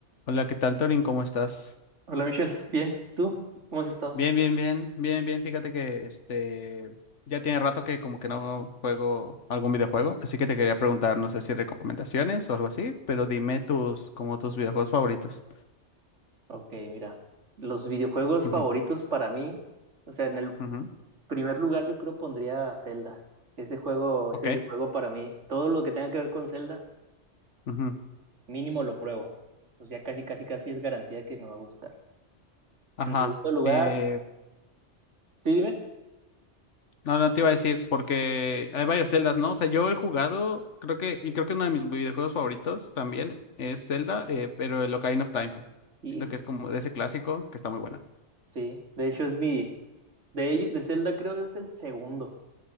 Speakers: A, on the left; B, on the right.
A: Hola, ¿qué tal, Torin? ¿Cómo estás?
B: Hola Michelle, bien, ¿tú cómo has estado?
A: Bien, bien, bien, bien, bien. Fíjate que este ya tiene rato que como que no juego algún videojuego, así que te quería preguntar, no sé si recomendaciones o algo así, pero dime tus como tus videojuegos favoritos.
B: Ok, mira, los videojuegos
A: Ujú,
B: favoritos para mí, o sea, en el
A: ujú,
B: primer lugar yo creo pondría Zelda. Ese juego,
A: Ok.
B: ese videojuego para mí, todo lo que tenga que ver con Zelda,
A: ujú,
B: mínimo lo pruebo. O sea, casi, casi, casi es garantía de que me va a gustar.
A: Ajá.
B: En segundo lugar,
A: Eh,
B: sí, dime.
A: no, no te iba a decir porque hay varias celdas, ¿no? O sea, yo he jugado, creo que y creo que uno de mis videojuegos favoritos también es Zelda, eh, pero el Ocarina of Time.
B: Híjole,
A: Siento que es como de ese clásico que está muy buena.
B: sí, de hecho es mi, de, ello- de Zelda creo es el segundo.